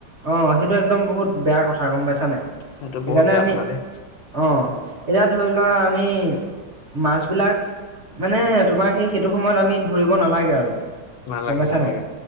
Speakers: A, on the right (about 40°); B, on the left (about 75°).
A: অ, সেইটো একদম বহুত বেয়া কথা গম পাইছা নাই
B: সেইটো
A: সেইকাৰণে
B: বহুত বেয়া
A: আমি
B: কথা দেই
A: অহ, এতিয়া ধৰি লোৱা আমি মাছবিলাক মানে তোমাৰ সেই সেইটো সময়ত আমি ধৰিব নালাগে আৰু।
B: নালাগে
A: গম পাইছা
B: -নালাগে।
A: নাই?